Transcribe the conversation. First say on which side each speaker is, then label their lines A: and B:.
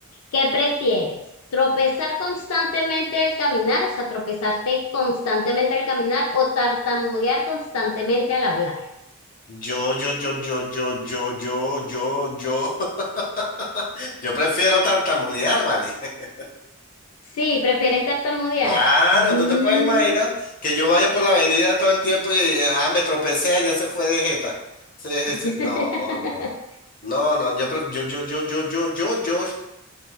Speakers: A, on the left (about 85°); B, on the left (about 40°).
A: ¿qué prefieres? ¿Tropezar constantemente al caminar, o sea, tropezarte constantemente al caminar o tartamudear constantemente al hablar?
B: Yo, yo, yo, yo, yo, yo, yo, yo, yo, <laughs> yo prefiero tartamudear, ¿vale? <laughs>
A: Sí, prefieres tartamudear.
B: Claro,
A: Mm.
B: tú te puedes imaginar que yo vaya por la avenida todo el tiempo y, eh, ah, me tropecé, ya se fue de jeta. Se-
A: <laughs>
B: se- No, no, no, no, yo, pre- yo, yo, yo, yo, yo, yo, yo.